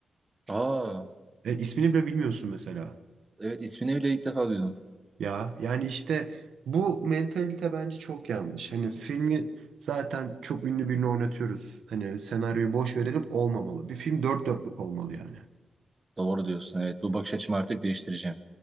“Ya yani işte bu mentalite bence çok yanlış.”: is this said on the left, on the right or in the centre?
Right